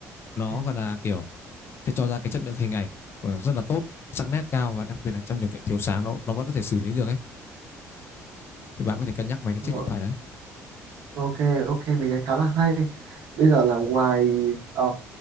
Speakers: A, on the right; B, on the left.
A: ok.
B: nó gọi là kiểu sẽ cho ra cái chất lượng hình ảnh ờ, rất là tốt, sắc nét cao và đặc biệt là trong điều kiện thiếu sáng nó nó vẫn có thể xử lý được ấy. Thì bạn có thể cân nhắc mấy cái chiếc
A: ờ.
B: điện thoại đấy.
A: Ok, ok, mình thấy khá là hay. Bây giờ là ngoài ờ,